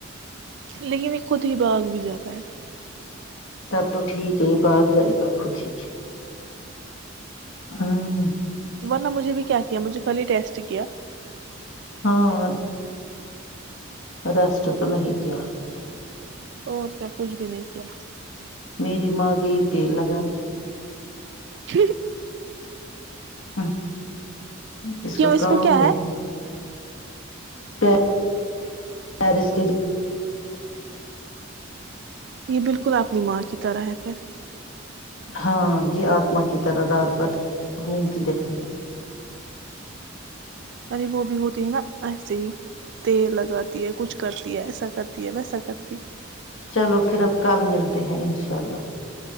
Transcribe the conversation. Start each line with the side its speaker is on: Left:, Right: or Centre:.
Right: لیکن یہ خود ہی باغ بھی جاتا ہے
Left: تب تو ٹھیک ہے یہ باغ جائے گا خود ہی ہاں
Right: ورنہ مجھے بھی کیا کیا مجھے کل ہی ٹیسٹ کیا
Left: ہاں ریسٹ تو نہیں کیاآپ نے
Right: اور کیا کچھ بھی نہیں کیا
Left: میری ماں گئی تیل لگانے
Right: ہ
Left: ا ہ اس
Right: کیوں
Left: پہ کام
Right: کو کیا
Left: ہے پیرس کے
Right: یہ بالکل اپنی ماں کی طرح ہے پھر
Left: ہاں یہ آتما کی طرح رات بھر گھومتی رہتی ہے
Right: اے وہ بھی ہوتی ہے نا ایسے ہی تیر لگاتی ہے کچھ کرتی ہے ایسا کرتی ہے ویسا کرتی
Left: چلو پھر اب کل ملتے ہیں انشاء اللہ